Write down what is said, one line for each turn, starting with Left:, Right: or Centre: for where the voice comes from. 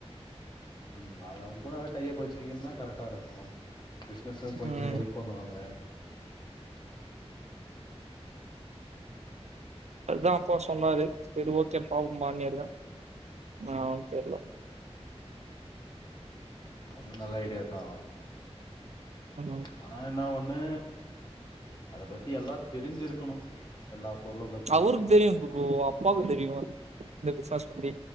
Left: ம் அது அவங்க கூட டையப்பு வச்சிகின்னா கரெக்டா இருக்கு பிஸ்னஸு கொஞ்சோ
Right: ம்
Left: ஹெல்ப் பண்ணுவாங்க
Right: அதுதா அப்பா சொன்னாரு சரி ஓகேப்பா ஓமாமியார்தா ஆ தெர்ல
Left: அது நல்ல ஐடியா தா
Right: ஆங்கா
Left: ஆனா என்ன ஒன்னு அத பத்தி எல்லா தெரிஞ்சிருக்கணு எல்லா பொருள பத்
Right: அவருக்கு தெரியு ப்ரோ அப்பாவுக்கு தெரியு இந்த பிசினஸ் பத்தி